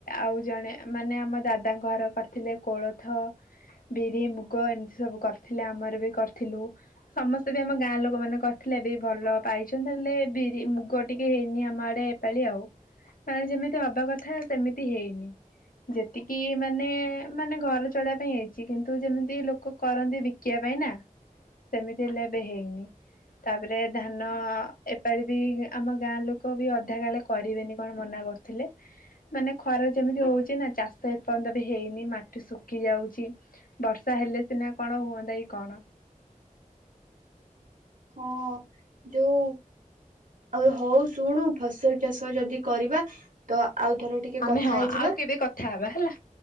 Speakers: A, on the left (about 85°); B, on the right (about 65°).
A: ଆଉ ଜଣେ ମାନେ ଆମ ଦାଦାଙ୍କ ଘର କରିଥିଲେ କୋଳୋଥ। ବିରି ମୁଗ ଏମିତି ସବୁ କରିଥିଲେ ଆମର ବି କରିଥିଲୁ। ସମସ୍ତେ ବି ଆମ ଗାଁ ଲୋକୋ ମାନେ କରିଥିଲେ ବି ଭଲ ପାଇଛନ୍ତି ହେଲେ ବିରି ମୁଗ ଟିକେ ହେଇନି ଆମ ଆଡ଼େ ଏ ପାଳି ଆଉ ୟାଡେ ଯେମିତି ହବା କଥା ସେମିତି ହେଇନି। ଯେତିକି ମାନେ ମାନେ ଘର ଚଳେଇବା ପାଇଁ ହେଇଚି କିନ୍ତୁ ଯେମିତି ଲୋକୋ କରନ୍ତି ବି କିବା ପାଇଁ ନା ସେମିତି ହେଲେ ଏବେ ହେଇନି। ତାପରେ ଧାନ ଏପାଳି ବି ଆମ ଗାଁ ଲୋକୋ ବି ଅଧା କାଳେ କରି ବେନି କଣ ମନା କରୁଥୁଲେ। ମାନେ ଖରା ଯେମିତି ହୋଉଚି ନା ଚାଷ ଏପନ୍ତ ବି ହେଇନି ମାଟି ଶୁକି ଯାଉଚି। ବର୍ଷା ହେଲେ ସିନା କଣ ହୁଅନ୍ତା କି କଣ।
B: ହଁ ଯୋଉ ଆଉ ହୋଉ ଶୁଣୁ ଫସଲ ଚାଷ ଯଦି କରିବା। ତ ଆଉ ଥରେ ଟିକେ
A: ଆମେ
B: କଥା
A: ହଁ
B: ହେଇଯିବା
A: ଆଉ କେବେ କଥା ହବା ହେଲା